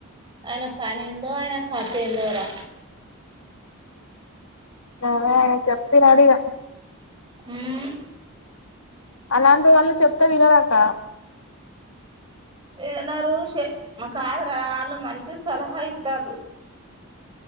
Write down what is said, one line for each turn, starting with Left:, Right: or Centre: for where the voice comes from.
Right: అయిన పని ఎందో అయిన కథ ఎందోరా
Left: అదే చెప్త నడిగా
Right: ఉమ్
Left: అలాంటి వాళ్ళు చెప్తా వినరాక
Right: ఎనరు షే మా కాదురా అల్లు మంచిగా సలహా ఇత్తాల్లు